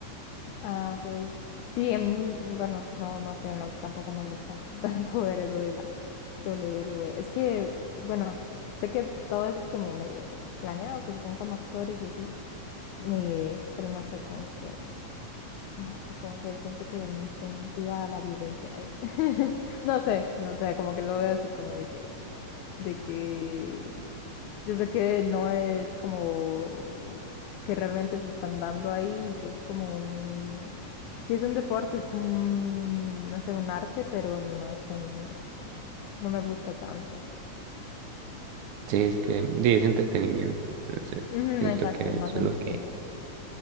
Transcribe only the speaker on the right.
sí, es que sí, es entretenimiento, entonces
siento
que
eso
es lo que